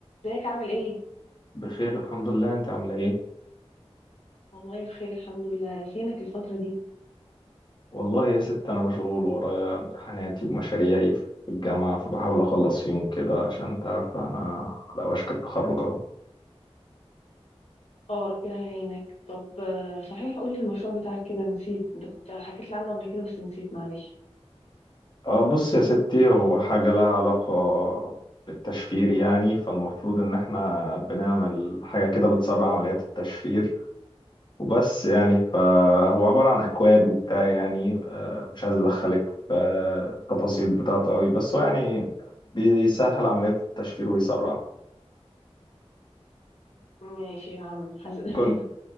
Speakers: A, on the left; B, on the left.
A: ازيك عامل ايه؟
B: بخير الحمد لله انت عامله ايه
A: والله بخير الحمد لله فينك الفترة دي؟
B: والله يا ست انا مشغول ورايا امتحاناتي ومشاريعي في الجامعه فبحاول اخلص يوم كده عشان انت عارفه انا على وشك التخرج اهو
A: اه ربنا يعينك طب آه، صحيح قولي المشروع بتاعك كده نسيت انت كنت حكيت لي عنه قبل كده بس نسيت معلش
B: اه بص يا ستي هو حاجه لها علاقه بالتشفير يعني فالمفروض ان احنا بنعمل حاجه كده بتسرع عمليات التشفير وبس يعني فهو عباره عن اكواد وبتاع يعني اه مش عايز ادخلك في التفاصيل بتاعته قوي بس هو يعني بيسهل عمليات التشفير ويسرعها
A: ماشي يا عم حسن <laughs>
B: كنت